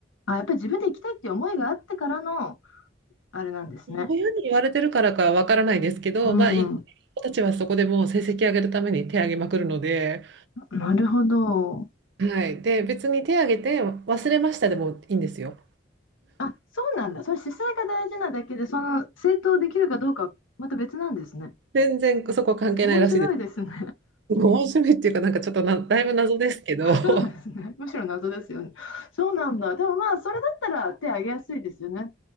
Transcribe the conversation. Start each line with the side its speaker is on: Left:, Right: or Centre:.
Left: あ、やっぱり自分で行きたいっていう思いがあってからの、あれなんですね。
Right: 親に言われてるからかわからないですけど、
Left: うん、
Right: まあ、行子たちはそこでもう成績上げるために手を挙げまくるので、
Left: なるほど。
Right: はい。で、別に手を挙げて忘れましたでもいいんですよ。
Left: あ、そうなんだ。それ姿勢が大事なだけで、その、正当できるかどうかはまた別なんですね。
Right: 全然そこ関係ないらしいです。
Left: 面白いですね。
Right: 面しめっていうか、なんかちょっとな、だいぶ謎ですけど、
Left: <laughs>
Right: <laughs> は
Left: そうですね。むしろ謎ですよね。そうなんだ。でもまあ、それだったら手挙げやすいですよね。